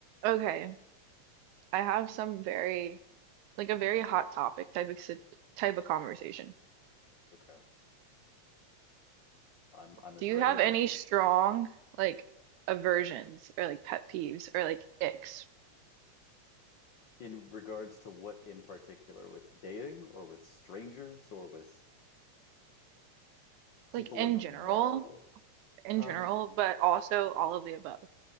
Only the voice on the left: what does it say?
Okay. I'm I'm as
ready
as
I'm going.
In regards to what in particular, with dating or with strangers or with
people
in the
mall?
Um,